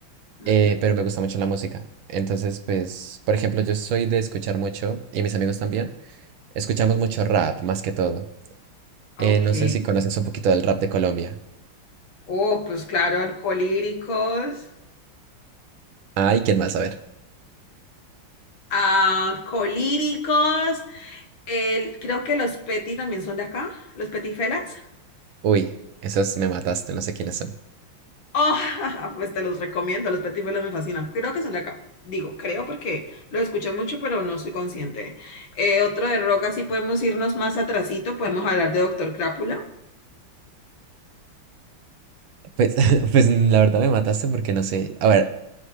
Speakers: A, on the left; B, on the right.
A: Ujú,
B: eh, pero me gusta mucho la música. Entonces, pues, por ejemplo, yo soy de escuchar mucho, y mis amigos también, escuchamos mucho rap, más que todo.
A: Ok.
B: Eh, no sé si conoces un poquito del rap de Colombia.
A: Oh, pues claro, alcohólicos.
B: Ay, ¿quién más? A ver.
A: Alcohólicos. el- creo que los Petit también son de acá, los Petifelas.
B: Uy, esos me mataste, no sé quiénes son.
A: Oh, <laughs> pues te los recomiendo, los Petifelas me fascinan. Creo que son de acá. Digo, creo porque lo escucho mucho, pero no soy consciente. Eh, otro de rock, así podemos irnos más atrasito, podemos hablar de Doctor Crápula.
B: Pues, <laughs> pues la verdad me mataste porque no sé. A ver,